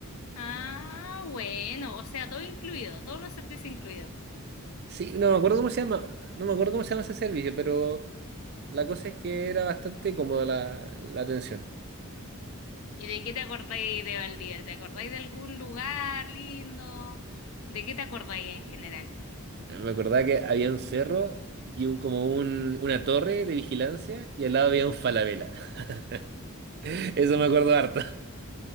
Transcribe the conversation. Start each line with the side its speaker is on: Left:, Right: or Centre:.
Left: Ah, bueno, o sea, todo incluido, todos los servicios incluidos.
Right: Sí, no me acuerdo cómo se llama, no me acuerdo cómo se llama ese servicio, pero la cosa es que era bastante cómoda la, la atención.
Left: ¿Y de qué te acordáis de Valdivia? ¿Te acordáis de algún lugar lindo? ¿De qué te acordáis en general?
Right: Me acordaba que había un cerro y un como un, una torre de vigilancia y al lado había un Falabella. <laughs> Eso me acuerdo harto.